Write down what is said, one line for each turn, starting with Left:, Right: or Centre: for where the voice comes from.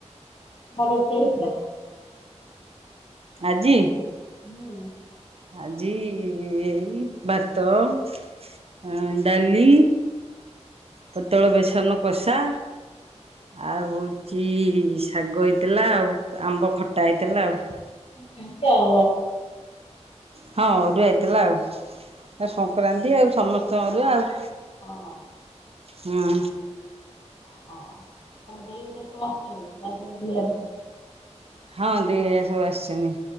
Left: ମରୁତ ନା
Right: ଆଜି
Left: ହଁ
Right: ଆଜି ଏଇ ଭାତ ଆ ଡାଲି ପୋତଳ ବେସନ କଷା ଆଉ ହଉଛି ଶାଗ ହେଇଥିଲା ଆଉ ଆମ୍ବ ଖଟା ହେଇଥିଲା ଆଉ।
Left: ସେବା
Right: ହଁରୁଆଇଥିଲା ଆଉ ଆ ଶଙ୍କ ରାନ୍ତିି ଆଉ ସମସ୍ତ ତଦୁ ଆଉ
Left: ହଁ।
Right: ହଁ
Left: ହଁ ଆମ ଦେରେ ସେ ମାସି ବଜରିଲବ
Right: ହଁ ଦିରେ ସବୁ ଆସିଛନ୍ତି।